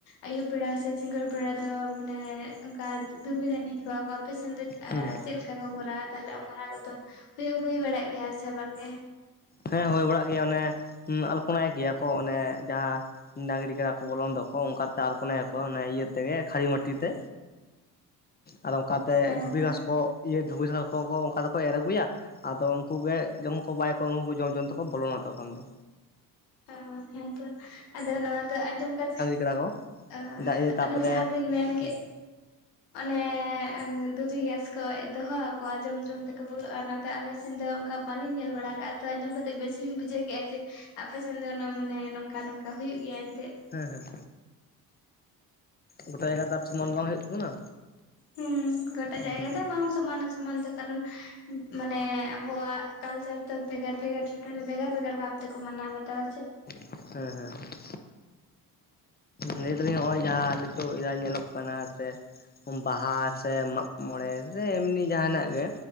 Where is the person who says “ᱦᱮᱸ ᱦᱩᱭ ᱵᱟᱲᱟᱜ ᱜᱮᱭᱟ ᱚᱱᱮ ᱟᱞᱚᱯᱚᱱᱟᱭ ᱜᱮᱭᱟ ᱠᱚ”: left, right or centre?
Left